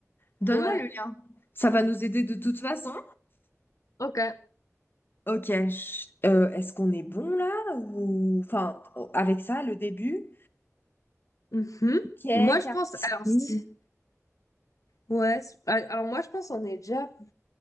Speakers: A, on the left; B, on the left.
A: Donne-moi
B: Ouais,
A: le lien. Ça va nous aider de toute façon.
B: ok.
A: Ok, je- euh, est-ce qu'on est bon là ou enfin avec ça le début?
B: Mhm.
A: Ok,
B: Moi,
A: Cartier.
B: je pense, alors, si, ouais, c'est- ah, alors moi, je pense on est déjà,